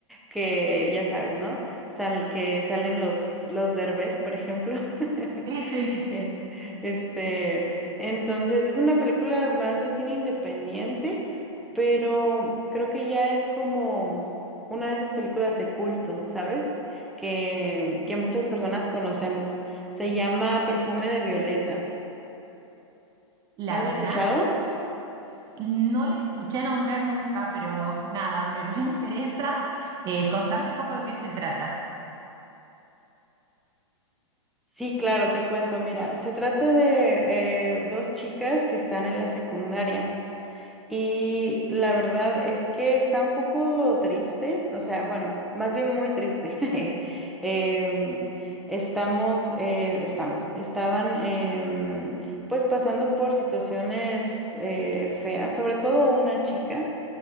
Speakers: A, in the centre; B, on the right (about 25°).
A: que ya sabes, ¿no? Sal, que salen los, los Derbez, por ejemplo. <laughs>
B: Sí, sí.
A: Eh, Este, entonces, es una película más de cine independiente, pero creo que ya es como una de esas películas de culto, ¿sabes? Que, que muchas personas conocemos. Se llama Perfume de Violetas.
B: La
A: ¿La has
B: verdad.
A: escuchado?
B: S- No le escuché nombrar nunca, pero nada, me <laughs> reinteresa. Eh, contame un poco de qué se trata.
A: Sí, claro, te cuento. Mira, se trata de eh, dos chicas que están en la secundaria y la verdad es que está un poco triste, o sea, bueno, más bien muy triste. <laughs> Em, estamos, eh, estamos, estaban em, pues pasando por situaciones eh, feas, sobre todo una chica